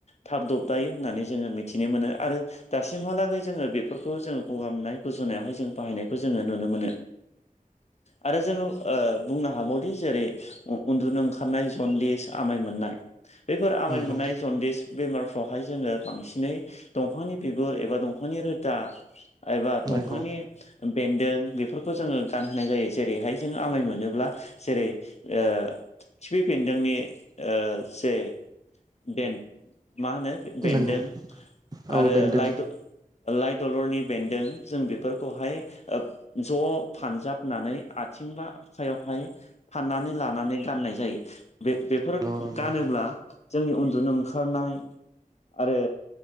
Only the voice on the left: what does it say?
थाब दबदायो होननानै जोंङो मिथिनो मोनो आरो दासिमहालागै जोंङो बेफोरखौ जोंङो गगामनाय गुजुनायावहाय जों बाहायनायखौ जोंङो नुनो मोनो आरो जोंङो बुंनो हाबावदि जेरै उनदुनो ओंखारनाय सदिस आमाइ मोननाय बेफोर आमाय
मोननाय जनदिस बेमारफ्रावहाय जोङो बांसिनै दंफांनि बिगुर एबा दंफांनि रोदा एबा दंफांनि
बेन्दों बेफोरखौ जोंङो गानहोनाय जायो जेरैहाय जोंङो आमाय मोनोब्ला जेरै ओ खिफि बेन्दोंनि जे बेन- मा होनो बेन्दों
आरो
लाइ द लाइ दलरनि बेनदों जों बेफोरखौहाय ज' फानजाबनानै आथिं बा आखाइयावहाय फाननानै लानानै गाननाय जायो बे बेफोर
गानोब्ला जोंनि उनदुनो ओंखारनाय आरो